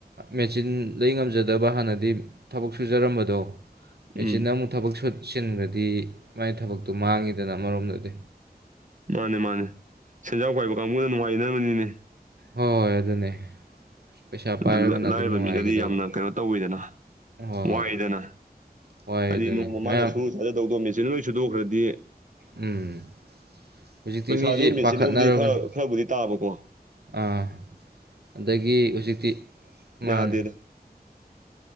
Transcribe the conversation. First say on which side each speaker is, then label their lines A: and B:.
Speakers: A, on the right (about 80°); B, on the right (about 50°).
A: ꯃꯦꯆꯤꯟ ꯂꯩ ꯉꯝꯖꯗꯕ ꯍꯥꯟꯅꯗꯤ ꯊꯕꯛ ꯁꯨꯖꯔꯝꯕꯗꯣ ꯃꯦꯆꯤꯟꯅ
B: ꯎꯝ
A: ꯑꯃꯨꯛ ꯊꯕꯛ ꯁꯤꯟꯈ꯭ꯔꯗꯤ ꯃꯥꯏ ꯊꯕꯛꯇꯨ ꯃꯥꯡꯉꯤꯗꯅ ꯑꯃꯔꯣꯝꯗꯗꯤ
B: ꯃꯥꯅꯦ ꯃꯥꯅꯦ ꯁꯦꯟꯖꯥꯎ ꯀꯥꯏꯕ ꯀꯥꯡꯕꯨꯅ ꯅꯨꯡꯉꯥꯏꯅꯕꯅꯤꯅꯦ
A: ꯍꯣꯏ ꯍꯣꯏ ꯑꯗꯨꯅꯦ ꯄꯩꯁꯥ ꯄꯥꯏꯔꯒꯅ
B: ꯑꯗꯨ ꯂꯥꯏꯔꯕ
A: ꯑꯗꯨꯝ ꯅꯨꯡꯉꯥꯏꯒꯗꯧꯕ
B: ꯃꯤꯗꯗꯤ ꯌꯥꯝꯅ ꯀꯩꯅꯣ ꯇꯧꯋꯤꯗꯅ
A: ꯍꯣꯏ
B: ꯋꯥꯏꯗꯅ
A: ꯍꯣꯏ ꯋꯥꯏ
B: ꯍꯥꯏꯗꯤ
A: ꯑꯗꯨꯅꯤ
B: ꯅꯣꯡꯃ
A: ꯃꯌꯥꯝ
B: ꯃꯥꯅꯁꯨꯨ ꯆꯥꯖꯗꯧꯗꯣ ꯃꯦꯆꯤꯟꯅ ꯂꯣꯏ ꯁꯨꯗꯣꯛꯈ꯭ꯔꯗꯤ
A: ꯎꯝ ꯍꯧꯖꯤꯛꯇꯤ
B: ꯄꯩꯁꯥꯗꯨ
A: ꯃꯤꯁꯦ
B: ꯃꯦꯆꯤꯟꯅꯕꯨꯗꯤ
A: ꯄꯥꯈꯠꯅꯔꯕꯅꯤ
B: ꯈꯔ ꯈꯔꯕꯨꯗꯤ ꯇꯥꯕꯀꯣ
A: ꯑꯥ ꯑꯗꯒꯤ ꯍꯧꯖꯤꯛꯇꯤ ꯃꯥꯅꯦ
B: ꯌꯥꯗꯅ